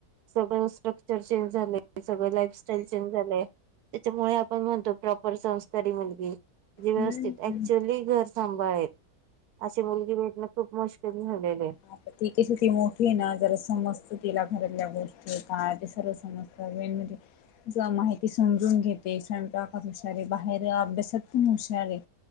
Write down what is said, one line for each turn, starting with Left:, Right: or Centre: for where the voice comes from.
Right: सगळं स्ट्रक्चर चेंज झालं सगळं लाइफस्टाईल चेंज झालेय त्याच्यामुळे आपण म्हणतो प्रॉपर संस्कारी मुलगी जी व्यवस्थित
Left: हम्म
Right: ऍक्च्युली घर सांभाळेल अशी मुलगी भेटन खूप मुश्किल झालय
Left: ह ती कशी ती मोठी ना जरा समजत तिला घरातल्या गो ष्टी काय ते सर्व समजत मेन म्हणजे ज माहिती समजून घेते स्वयंपाकात हुशार बाहेर अभ्यासात पण हुशार हे